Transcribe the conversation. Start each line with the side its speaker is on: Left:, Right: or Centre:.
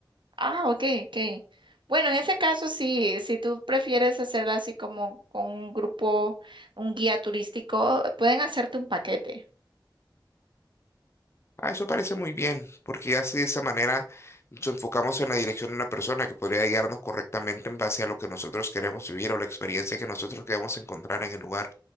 Right: Ah, ok, ok. Bueno, en ese caso sí, si tú prefieres hacerlo así como con un grupo, un guía turístico, pueden hacerte un paquete.
Left: Ah, eso parece muy bien, porque ya así de esa manera nos enfocamos en la dirección de una persona que podría guiarnos correctamente en base a lo que nosotros queremos vivir o la experiencia que nosotros queremos encontrar en el lugar.